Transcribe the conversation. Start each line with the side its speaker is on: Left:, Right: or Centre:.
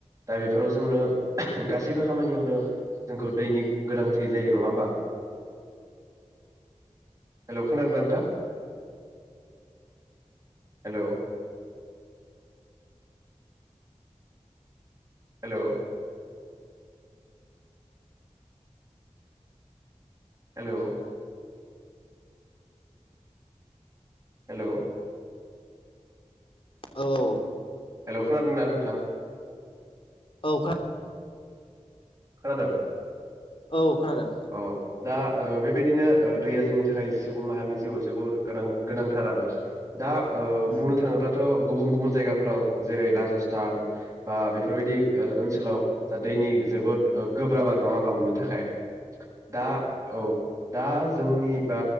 Right: दा बेफोराव जोंनो गासैबो खामानियावनो जोंखौ दैनि गोनांथि जायो नङा ओमबा? हेलौ खोनादोंना नोंथां हेलौ हेलौ हेलौ हेलौ
Left: औ औ
Right: हेलौ खोनादों ना नोंथां?
Left: औ खोना
Right: खोनादों।
Left: औ खोनादों
Right: अ दा ओ बे बेदिनो ओ दैया जोंनि थाखाय सुबुं माहारिनि जिउआव जोबोर गोनां गोनांथार आर दा ओ
Left: उम
Right: बुंनो थाङोब्लाथ' गुबुन गुबुन जायगाफोराव जेरै राजस्थान बा बेफोरबायदि ओ ओनसोलाव दा दैनि जोबोद ओ गोब्राब आरो नङा ओमबा मोननो थाखाय। <inaudible> दा औ दा जोंनि बा